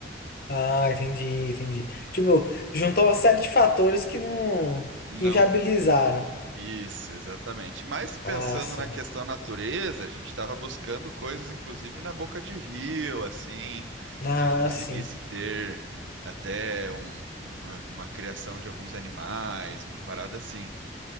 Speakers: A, on the left; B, on the right.
A: Ah, entendi, entendi. Tipo, juntou uma série de fatores que não,
B: Não,
A: que inviabilizaram
B: Isso, exatamente. Mas pensando
A: a ação.
B: na questão natureza, a gente estava buscando coisas, inclusive na boca de rio, assim,
A: Ah,
B: que conseguisse
A: sim.
B: ter até um- uma, uma criação de alguns animais, uma parada assim.